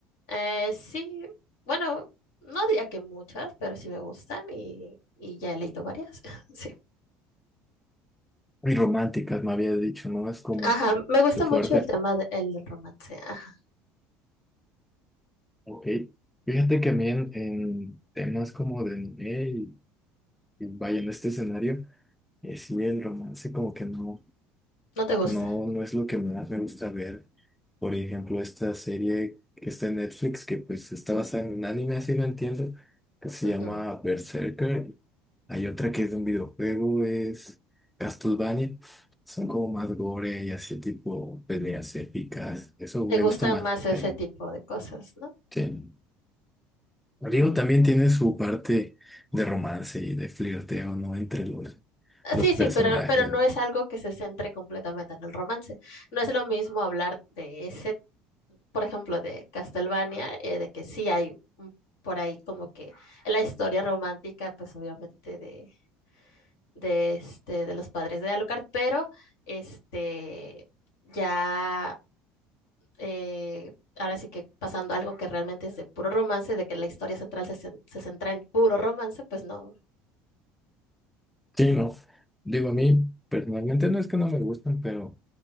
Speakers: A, on the left; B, in the centre.
A: Eh, sí, bueno, no diría que muchas, pero sí me gustan y, y ya he leído varias. <laughs> Sí.
B: Y románticas, me había dicho, ¿no? Es como
A: Ajá, me gusta
B: tu fuerte.
A: mucho el tema de- el del romance. Ajá.
B: Ok. Fíjate que a mí en, en temas como de anime y, y vaya en este escenario, eh, sí, el romance como que no,
A: ¿No te gusta?
B: no, no es lo que más me gusta ver. Por ejemplo, esta serie que está en Netflix, que pues está basada en un anime, así lo entiendo, que se
A: Ujú.
B: llama Berserker Hay otra que es de un videojuego, es Castlevania. Son como más gore y así tipo peleas épicas. Eso me
A: Te gustan
B: gusta más.
A: más ese
B: Sí.
A: tipo de cosas, ¿no?
B: sí. Digo, también tiene su parte de romance y de flirteo, ¿no? Entre los,
A: Ah,
B: los
A: Sí,
B: personajes.
A: sí, pero, pero no es algo que se centre completamente en el romance. No es lo mismo hablar de ese, por ejemplo, de Castlevania, eh, de que sí hay un- por ahí como que la historia romántica, pues obviamente de, de este, de los padres de Alucard, pero este ya eh, ahora sí que pasando a algo que realmente es de puro romance, de que la historia central se, cen- se centra en puro romance, pues no,
B: Sí, no. Digo, a mí personalmente no es que no me gustan, pero